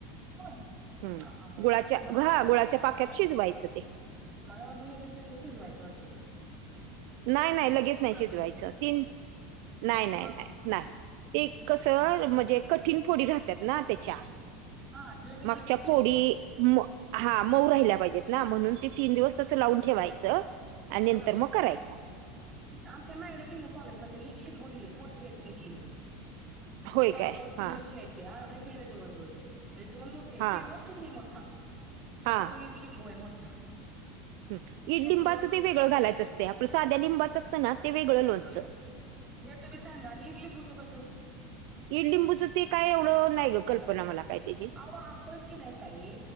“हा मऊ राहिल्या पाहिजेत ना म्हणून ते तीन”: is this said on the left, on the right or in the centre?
Right